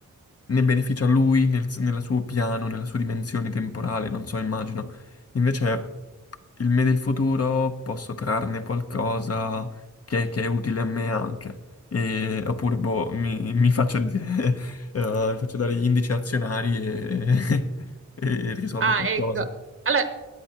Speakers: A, on the left (about 50°); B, on the right (about 40°).
A: ne beneficia lui nel, nel suo piano, nella sua dimensione temporale, non so, immagino. Invece il me del futuro posso trarne qualcosa che, che è utile a me anche, E- oppure boh, mi, mi faccio, dire- <laughs> eh, mi faccio dare gli indici azionari e, <laughs> e risolvo
B: Ah,
A: qualcosa.
B: ecco. Allora,